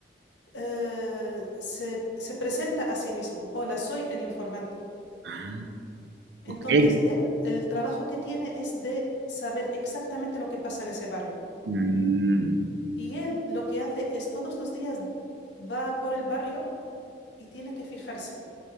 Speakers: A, on the left (about 90°); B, on the right (about 75°).
A: eh, se, se presenta a sí mismo. Hola, soy el informante.
B: Ah,
A: Entonces,
B: ok.
A: él, el trabajo que tiene es de saber exactamente lo que pasa en ese barrio.
B: Mm,
A: Y él lo que hace es todos los días va por el barrio y tiene que fijarse.